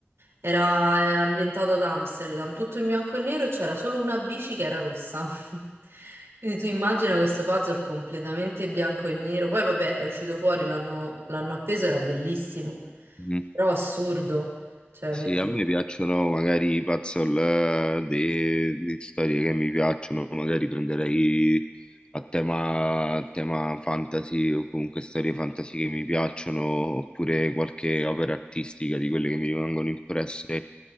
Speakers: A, on the right; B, on the left.
A: Era eh, ambientato ad Amsterdam, tutto in bianco e nero e c'era solo una bici che era rossa. <laughs> Quindi tu immagina questo puzzle completamente bianco e nero. Poi vabbè, è uscito fuori, l'hanno l'hanno appeso, era bellissimo.
B: Mhm.
A: Però assurdo. Cioè,
B: Sì,
A: metti...
B: a me piacciono magari i puzzle, eh, di, di storie che mi piacciono, magari prenderei a tema, a tema fantasy o comunque storie fantasy che mi piacciono, oppure qualche opera artistica di quelle che mi rimangono impresse.